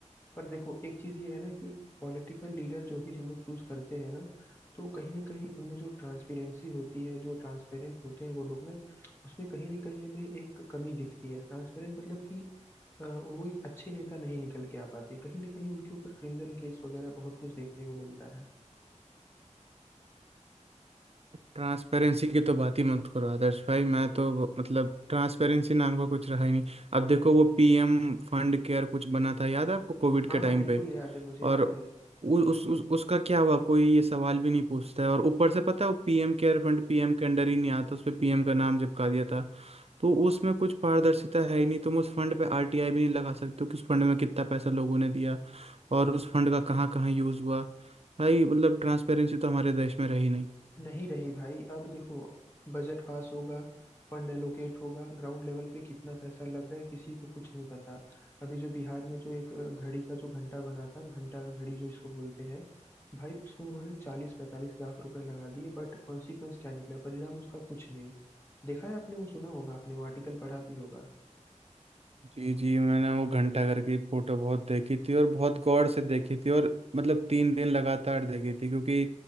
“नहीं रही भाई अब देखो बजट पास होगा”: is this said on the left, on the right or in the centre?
Left